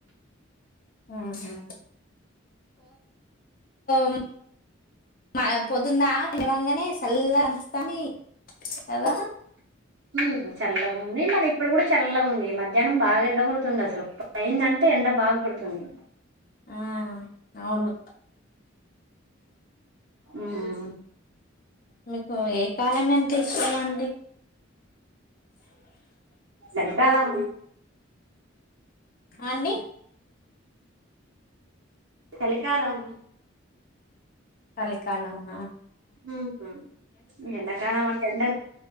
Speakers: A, on the left; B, on the right.
A: ఊహూ <unintelligible> మా పొద్దుందా లేవంగానే చల్లగనిపిస్తాంది కదా
B: మ్మ్ చల్లగుంది మళ్ళిప్పుడు కూడా చల్లగుంది మధ్యాహ్నం బాగా ఎండ కొడుతుంది అసలు <unintelligible> అయిందంటే ఎండ బాగా కొడుతుంది
A: ఆ అవును
B: ఉమ్మ్
A: మీకు ఏ కాలం అంటే ఇష్టం అండి
B: సరే కాలం
A: అండి
B: చలికాలం
A: చలికాలం ఆ
B: <unintelligible> ఎండ కాలమంటే ఎండల